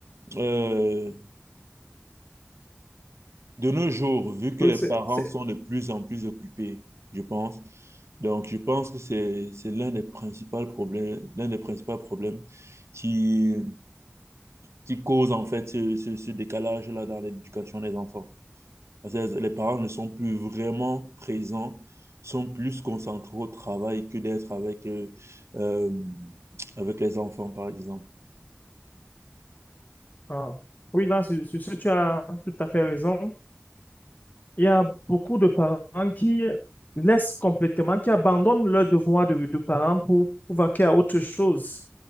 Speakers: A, on the right; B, on the left.
A: euh, de nos jours, vu que
B: Oui,
A: les
B: c'est,
A: parents
B: c'est-
A: sont de plus en plus occupés, je pense, donc je pense que c'est, c'est l'un des principaux problèmes, l'un des principaux problèmes qui, qui cause en fait ce, ce, ce décalage-là dans l'éducation des enfants. Parce que les parents ne sont plus vraiment présents, sont plus concentrés au travail que d'être avec, euh, euh, avec les enfants, par exemple.
B: ah. Oui, là, sur sur ce, tu as tout à fait raison. Il y a beaucoup de parents qui laissent complètement, qui abandonnent leur devoir de, de parents pour, pour vaquer à autre chose.